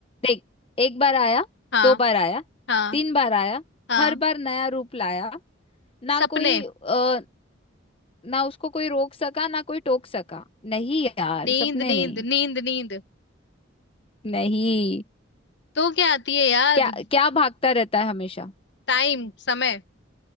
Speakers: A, on the left; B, on the left.
A: देख एक बार आया
B: हाँ
A: दो बार आया
B: हाँ
A: तीन बार आया
B: हाँ
A: हर बार नया रूप लाया ना
B: सपने
A: कोई अ, ना उसको कोई रोक सका ना कोई टोक सका नहीं यार
B: नींद
A: सपने
B: नींद
A: नहीं
B: नींद नींद
A: नहीं
B: तो क्या आती है याद
A: क्या क्या भागता रहता है हमेशा
B: टाइम समय